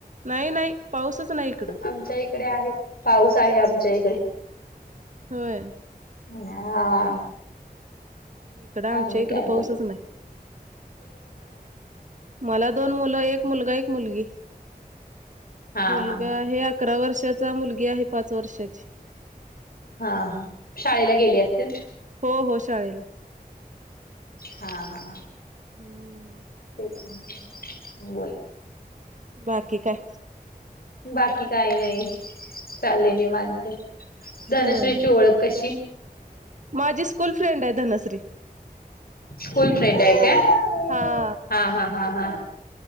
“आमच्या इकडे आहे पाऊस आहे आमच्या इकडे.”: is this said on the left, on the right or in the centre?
Left